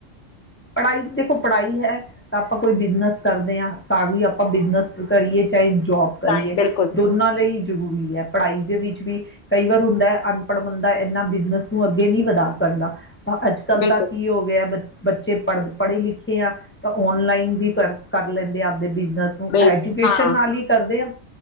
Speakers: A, on the left; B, on the left.
A: ਪੜ੍ਹਾਈ ਦੇਖੋ ਪੜ੍ਹਾਈ ਹੈ। ਆਪਾਂ ਕੋਈ ਬਿਜਨੈਸ ਕਰਦੇ ਹਾਂ ਤਾਂ ਵੀ ਆਪਾਂ ਬਿਜ਼ਨੈਸ ਕਰੀਏ ਚਾਹੇ ਜੋਬ ਕਰੀਏ
B: ਤਾਂ ਬਿਲਕੁਲ
A: ਦੋਨਾਂ ਲਈ ਜ਼ਰੂਰੀ ਹੈ, ਪੜ੍ਹਾਈ ਦੇ ਵਿੱਚ ਵੀ ਕਈ ਵਾਰ ਹੁਣ ਅਨਪੜ੍ਹ ਬੰਦਾ ਇਹਨਾਂ ਬਿਜਨੈਸ ਨੂੰ ਅੱਗੇ ਨਹੀਂ ਵਧਾ ਸਕਦਾ ਅੱਜ-ਕੱਲ੍ਹ
B: ਬਿਲਕੁਲ
A: ਤਾਂ ਕੀ ਹੋ ਗਿਆ ਬੱ ਬੱਚ ਚੇ ਪੜ੍ਹ-ਪੜ੍ਹੇ ਲਿਖੇ ਆ ਤਾਂ ਔਨਲਾਈਨ ਵੀ ਕਰ-ਕਰ ਲੈਂਦੇ ਆ ਆਪ ਦੇ ਬਿਜਨਸ ਨੂੰ
B: ਬਿਲ
A: ਐਜੂਕੇਸ਼ਨ
B: ਹਾਂ
A: ਨਾਲ ਹੀ ਕਰਦੇ ਆ।